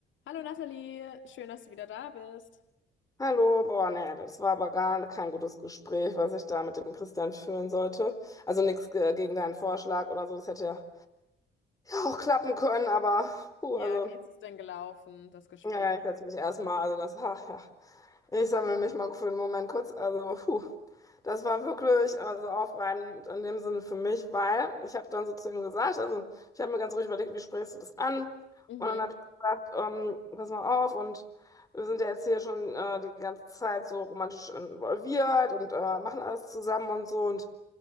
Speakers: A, on the left (about 75°); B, on the left (about 15°).
A: Hallo Nathalie, schön, dass du wieder da bist.
B: Hallo, boah, naja, das war aber gar kein gutes Gespräch, was ich da mit dem Christian führen sollte. Also nichts ge- gegen deinen Vorschlag oder so, das hätte ja auch klappen können, aber puh,
A: Ja,
B: also,
A: wie ist es denn gelaufen, das Gespräch?
B: ja, ja, ich setze mich erstmal, also das, ach ja. Ich sammle mich mal für einen Moment kurz. Also, puh, das war wirklich also aufreibend in dem Sinne für mich, weil ich habe dann so zu ihm gesagt, also ich habe mir ganz ruhig überlegt, wie sprichst du das an?
A: Mhm.
B: Und dann habe ich gesagt, ähm, pass mal auf und wir sind ja jetzt hier schon äh, die ganze Zeit so romantisch involviert und äh, machen alles zusammen und so und